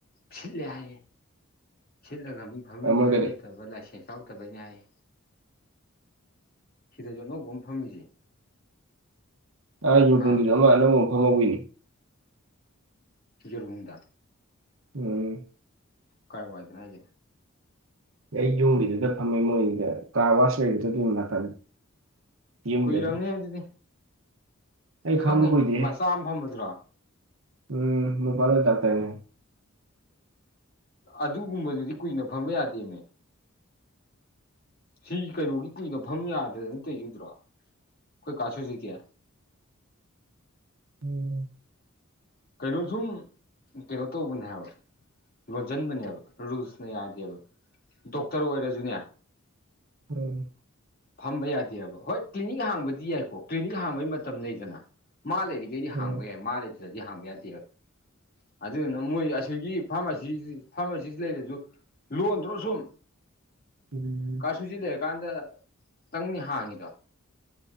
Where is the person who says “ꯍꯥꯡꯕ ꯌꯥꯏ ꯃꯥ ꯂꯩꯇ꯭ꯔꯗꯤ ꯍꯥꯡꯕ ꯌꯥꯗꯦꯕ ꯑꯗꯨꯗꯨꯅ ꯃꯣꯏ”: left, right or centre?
Left